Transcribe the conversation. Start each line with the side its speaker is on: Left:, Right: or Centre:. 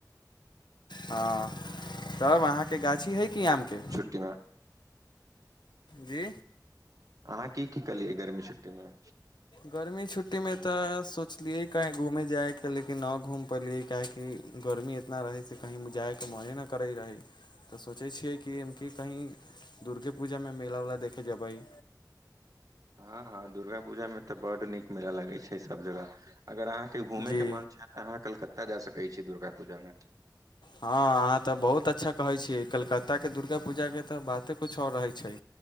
Left: हँ तब अहाँके गाछी है की आम के
Right: के <unintelligible>
Left: जी
Right: अहाँ की की कलियै गर्मी छुट्टी मे
Left: गर्मी छुट्टीमे तऽ सोचलियै कहीँ घूमै जाइके लेकिन नहि घूमि पयलियै काहेकि गर्मी इतना रहै से कहीँ जायके मने नहि करै रहै तऽ सोचय छियै कि एमके कहीं दुर्गे पूजामे मेला उला देखे जेबय
Right: हँ हँ दुर्गा पूजा मे तऽ बड़ नीक मेला लगे छै सब जगह अगर अहाँके घूमे
Left: जी
Right: के मन छै अहाँ कलकत्ता जा सकैत छी दुर्गा पूजा मे
Left: हँ अहाँ तऽ बहुत अच्छा कहैत छियै कलकत्ताके दुर्गा पूजाके तऽ बाते कछ आओर रहैत छै